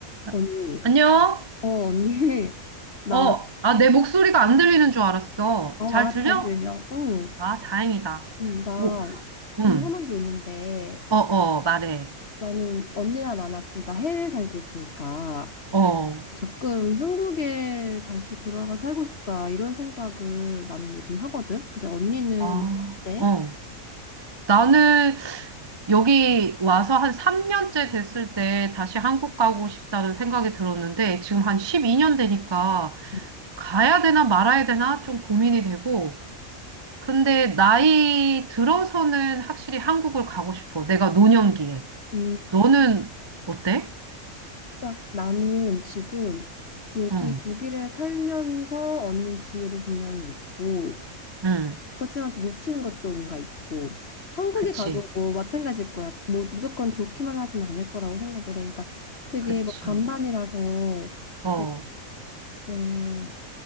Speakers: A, on the right (about 25°); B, on the left (about 45°).
A: 아,
B: 언니.
A: 안녕?
B: 어, 언니. <laughs> 나,
A: 어, 아, 내 목소리가 안 들리는 줄 알았어.
B: 어,
A: 잘
B: 아,
A: 들려?
B: 잘 들려. 응.
A: 아, 다행이다.
B: 응, 나
A: 뭐, 음,
B: 궁금한 게 있는데
A: 어, 어, 말해.
B: 나는 언니나 나나 둘 다 해외에 살고 있으니까
A: 어,
B: 가끔 한국에 다시 돌아가 살고 싶다 이런 생각을 나는 요즘 하거든. 근데 언니는
A: 아,
B: 어때?
A: 어. 나는 여기 와서 한 3년째 됐을 때 다시 한국 가고 싶다는 생각이 들었는데 지금 한 12년 되니까
B: 음,
A: 가야 되나 말아야 되나 좀 고민이 되고 근데 나이 들어서는 확실히 한국을 가고 싶어. 내가 노년기에.
B: 음,
A: 너는 어때?
B: 그러니까 나는 지금 여기
A: 응.
B: 독일에 살면서 얻는 기회도 분명히 있고,
A: 응,
B: 그렇지만 또 놓치는 것도 뭔가 있고 한국에
A: 그치,
B: 음. 가도 뭐 마찬가지일 거야. 뭐 무조건 좋기만 하진 않을 거라고 생각을 해. 그러니까 되게
A: 그치.
B: 뭐 반반이라서
A: 어,
B: 그래서 어,